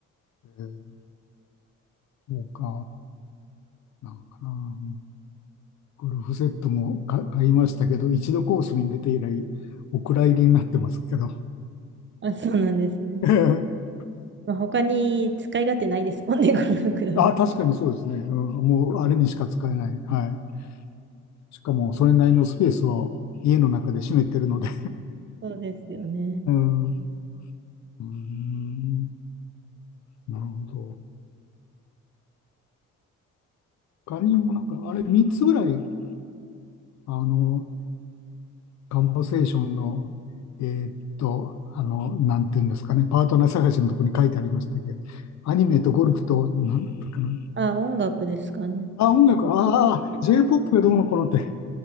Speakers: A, on the left (about 65°); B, on the right (about 40°).
A: えーそうか。なんかな。ゴルフセットも買いましたけど、一度コースに出て以来、お蔵入りになってますけど。
B: あ、そうなんですね。
A: <laughs>
B: まあ、他に使い勝手ないですもんね、このクラブ。
A: あ、確かにそうですね。うん、もうあれにしか使えない。はい。しかも、それなりのスペースを家の中で占めてるので。
B: そうですよね。
A: <laughs> うん。うーんなるほど。他にもなんか、あれ3つぐらい、あの、カンバセーションの、えーっと、あの、なんていうんですかね、パートナー探しのところに書いてありましたけど、アニメとゴルフと、なんだったかな、
B: あ、音楽ですかね。
A: あ、音楽、ああ、J-POP がどうのこうのって